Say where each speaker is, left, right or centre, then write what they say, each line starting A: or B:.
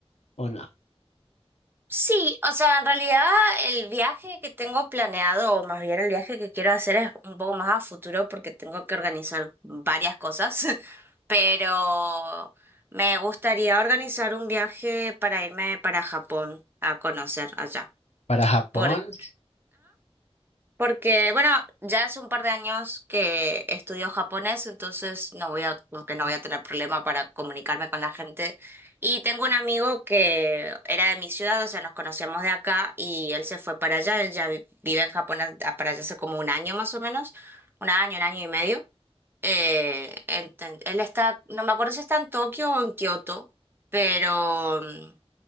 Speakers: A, on the left (about 85°); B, on the right (about 20°).
A: o no?
B: Sí, o sea, en realidad el viaje que tengo planeado, o más bien el viaje que quiero hacer es un poco más a futuro porque tengo que organizar varias cosas, <laughs> pero me gustaría organizar un viaje para irme para Japón a conocer allá.
A: ¿Para Japón?
B: ¿Por Porque, porque, bueno, ya hace un par de años que estudio japonés, entonces no voy a, como que no voy a tener problema para comunicarme con la gente. Y tengo un amigo que era de mi ciudad, o sea, nos conocíamos de acá y él se fue para allá, él ya vi- vive en Japón a- para allá hace como un año más o menos, un año, un año y medio. Eh, ent- él está, no me acuerdo si está en Tokio o en Kioto, pero mm,